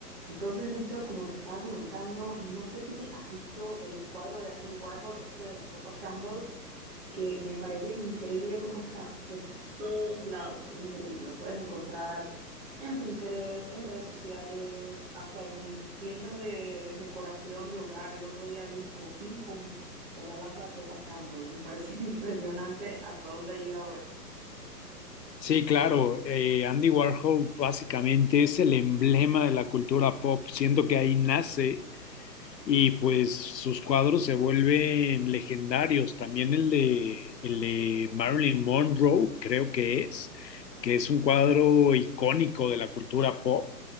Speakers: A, in the centre; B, on the left (about 80°).
A: Entonces, Víctor, como te estaba comentando, no sé si has visto el cuadro de Andy Warhol, este de la sopa Campbell's, que me parece increíble cómo está por todos lados, increíble. Lo puedes encontrar en Pinterest, en redes sociales, hasta en tiendas de decoración de hogar. El otro día vi un cojín con, con la lata de sopa Campbell's. Me parece <laughs> impresionante hasta dónde ha llegado esto.
B: Sí, claro. eh, Andy Warhol básicamente es el emblema de la cultura pop. Siento que ahí nace y pues sus cuadros se vuelven legendarios. También el de, el de Marilyn Monroe, creo que es, que es un cuadro icónico de la cultura pop.